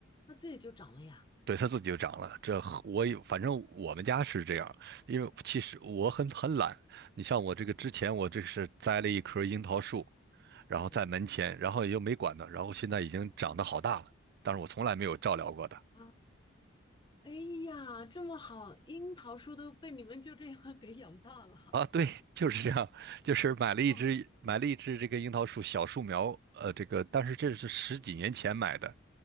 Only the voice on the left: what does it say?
它自己就长了呀。
嗯
嗯
啊，哎呀，这么好，樱桃树都被你们就这样 <laughs> 给养大了。
哇